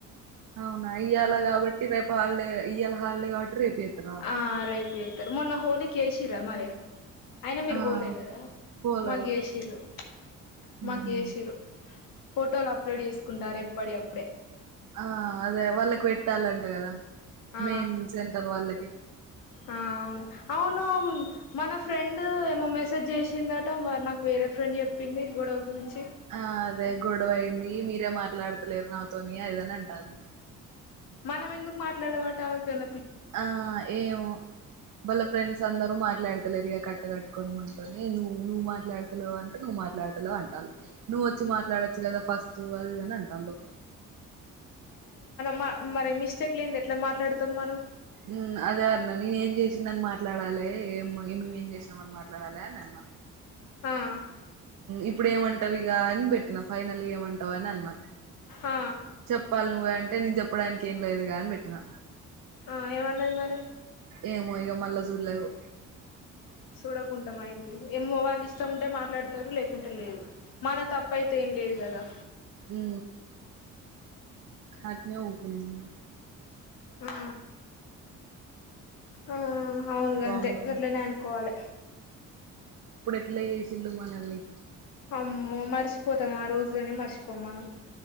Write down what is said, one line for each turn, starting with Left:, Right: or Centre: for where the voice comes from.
Right: అవునా ఇయ్యాల కాబట్టి రేపు హాలిడే ఇయాల హాలిడే కాట్టి రేపు చేత్తరా
Left: ఆ రేపు ఏతర్ మొన్న హోలీకి ఏసీ చిరా మారే అయినా మీరు
Right: ఆ
Left: పోలేదు కదా
Right: పోలేదు
Left: మాకు చేసిరు
Right: ఉహు
Left: మాకు ఏషిరు ఫోటోలు అప్లోడ్ చేసుకుంటారు ఎప్పటి అప్పుడే
Right: ఆ అదే వాళ్ళకి పెట్టాలంట కదా
Left: ఆ
Right: మెయిన్ సెంటర్ వాళ్ళకి
Left: ఆ అవును అవును మన ఫ్రెండ్ ఏమో మెసేజ్ చేసిందట మరి నాకు వేరే ఫ్రెండ్ చెప్పింది గొడవ గురించి
Right: ఆ అదే గొడవైంది మీరే మాట్లాడతలేరు నాతోని అని అంటాంది
Left: మనం ఎందుకు మాట్లాడమాట ఆమెకన్న
Right: ఆ ఏమో వాళ్ళ ఫ్రెండ్స్ అందరూ మాట్లాడతలేరు ఈ కట్ కట్టుకనిమనని నువ్వు నువ్ మాట్లాడతావు అంటే నువ్వు మాట్లాడతావు అంట ట నువ్వు వచ్చి మాట్లాడచ్చు కదా ఫస్ట్ అది ఇది అని అంటాందో
Left: మా మరి మిస్టేక్ లేనిది ఎట్లా మాట్లాడుతాం మనం
Right: ఉమ్ అదే అన్న నేనే ఏం చేసిందని మాట్లాడాలే ఏం మే ఏం చేసినామ అని మాట్లాడాలి అని అన్న
Left: ఆ
Right: ఇప్పుడు ఏమంటావి ఇగ అని పెట్ ఫైనల్ గా ఏమంటావు అని అన్నా
Left: ఆ
Right: చెప్పాలి నువ్వ అంట అంటే నేను చెప్పడానికి ఏం లేదు అని పెట్టినా
Left: ఆ ఏమన్నది మరి
Right: ఏమో ఇగ మళ్ళా చూడలేదు
Left: చూడకుండాాం అయితే ఏమో వాళ్ళు ఇష్టం ఉంటే మాట్లాడతారు లేకుంటే లేదు మన తప్పు అయితే ఏం లేదు కదా
Right: ఉ ఆ ఊకున్నము.
Left: ఆ ఆ అవునుగా గంతే
Right: వామ్మో
Left: గాట్లనే అనుకోవాలే
Right: ఎట్ల చేసింన్లు మనల్ని
Left: అమ్మో మర్చిపోతం ఆ రోజులనే మర్చిపోం మంనం